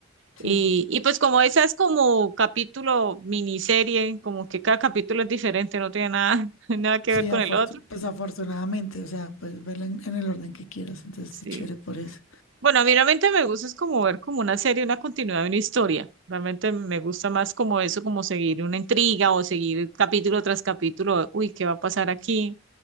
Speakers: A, on the left; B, on the right.
A: Sí.
B: Y, y pues como esa es como capítulo, miniserie, como que cada capítulo es diferente, no tiene nada, <laughs> nada que
A: Sí,
B: ver con
A: afortu-
B: el otro.
A: pues afortunadamente, o sea, puedes verla en, en el orden que quieras, entonces
B: Sí.
A: está chévere por eso.
B: Bueno, a mí realmente me gusta es como ver como una serie, una continuidad de una historia. Realmente me gusta más como eso, como seguir una intriga o seguir capítulo tras capítulo, uy, ¿qué va a pasar aquí?